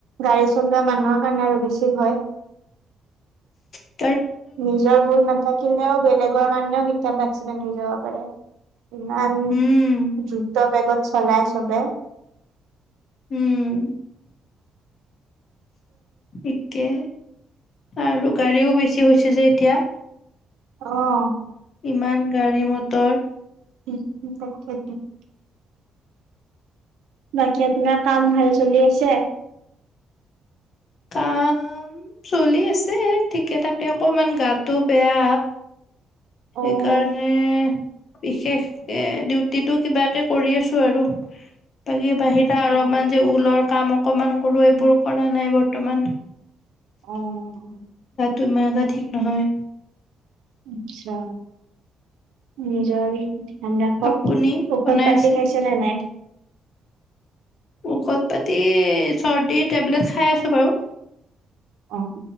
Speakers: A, on the right; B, on the left.
A: গাড়ী চলোৱা মানুহৰ কাৰণে আৰু বেছি ভয়
B: হয়
A: নিজৰ ভুল নাথাকিলেও বেলেগ লোক কাৰণেও কেতিয়াবা এক্সিডেণ্ট হৈ যাব পাৰে ইমান
B: উম
A: দ্ৰুত বেগত চলাই চবে
B: উম একে আৰু গাড়ীও বেছি হৈছে যে এতিয়া।
A: অহ।
B: ইমান গাড়ী মটৰ।
A: <unintelligible> বাকী আপোনাক কাম ভাল চলি আছে?
B: কাম চলি আছে ঠিকে থাকে। অকমান গাটো বেয়া।
A: অ'
B: সেইকাৰণে বিশেষ এ, ডিউটিটো কিবাকে কৰি আছো আৰু বাকী বাহিৰা
A: আচ্ছা
B: অলপমান যে ঊলৰ কামক অকমান কৰো এইবোৰো কৰা নাই বৰ্ত বৰ্তমান
A: অ'।
B: তোমাৰ <unintelligible> ঠিক নহয়
A: আচ্ছা, নিজৰ ধ্যান ৰাখক।
B: আপুনি
A: ঔষধ-পাতি
B: বনাই আছে
A: খাইছে নে নাই?
B: ঔষধ-পাতি, চৰ্দীৰ টেবলেট খাই আছো বাৰু
A: অ',